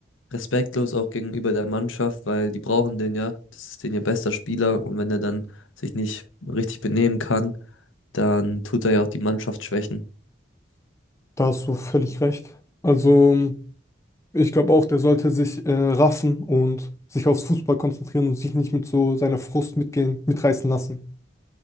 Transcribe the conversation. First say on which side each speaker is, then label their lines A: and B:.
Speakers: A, on the left; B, on the left.
A: respektlos auch gegenüber der Mannschaft, weil die brauchen den ja. Das ist den ihr bester Spieler. Und wenn er dann sich nicht richtig benehmen kann, dann tut er ja auch die Mannschaft schwächen.
B: Da hast du völlig recht. Also, ich glaube auch, der sollte sich äh, raffen und sich aufs Fußball konzentrieren und sich nicht mit so seiner Frust mitgehen, mitreißen lassen.